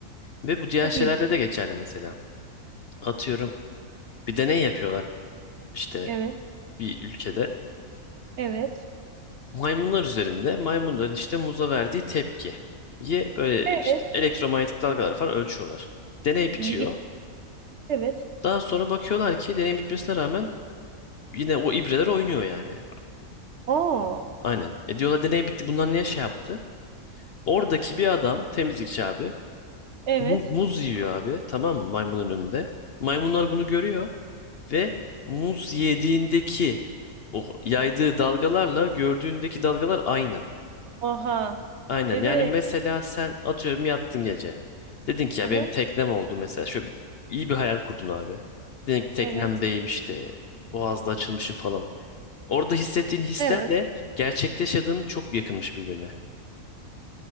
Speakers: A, on the left; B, on the right.
A: Ve bu diğer
B: Çok
A: şeylerde
B: ilginç.
A: de geçerli mesela. Atıyorum bir deney yapıyorlar işte
B: Evet.
A: bir ülkede.
B: Evet.
A: Maymunlar üzerinde maymunların işte muza verdiği tepkiye böyle
B: Evet.
A: işte elektromanyetik dalgalar falan ölçüyorlar. Deney bitiyor.
B: İlginç. Evet.
A: Daha sonra bakıyorlar ki deney bitmesine rağmen yine o ibreler oynuyor yani.
B: Oo.
A: Aynen. E diyorlar deney bitti bunlar niye şey yaptı? Oradaki bir adam temizlikçi abi
B: Evet.
A: Muz, muz yiyor abi tamam mı maymunun önünde. Maymunlar bunu görüyor ve muz yediğindeki o yaydığı dalgalarla gördüğündeki dalgalar aynı.
B: Oha.
A: Aynen
B: Evet.
A: yani mesela sen atıyorum yattın gece. Dedin ki ya
B: Aha.
A: benim teknem oldu mesela. Şöyle bir, iyi bir hayal kurdun abi. Dedin ki teknemdeyim
B: Evet.
A: işte boğazda açılmışım falan. Orada hissettiğin hislerle
B: Evet.
A: gerçekte yaşadığın çok yakınmış birbirine.